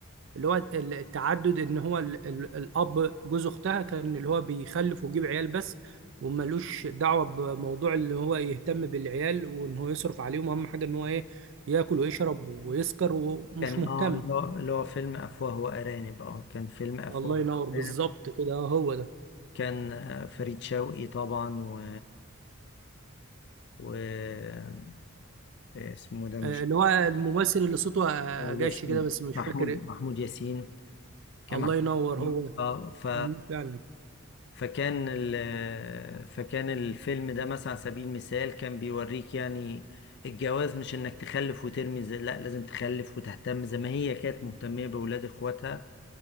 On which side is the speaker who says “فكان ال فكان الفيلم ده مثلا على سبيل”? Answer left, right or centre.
Left